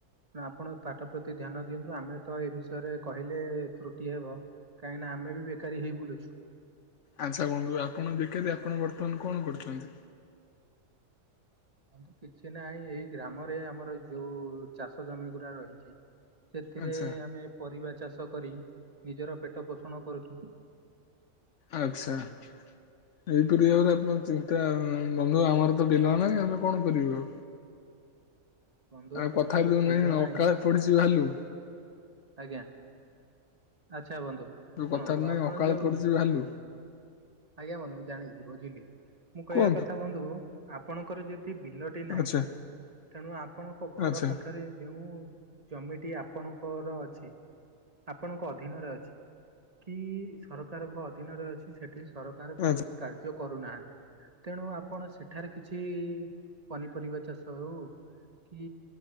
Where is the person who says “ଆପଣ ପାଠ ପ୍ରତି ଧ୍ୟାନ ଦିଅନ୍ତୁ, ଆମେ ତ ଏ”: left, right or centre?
Right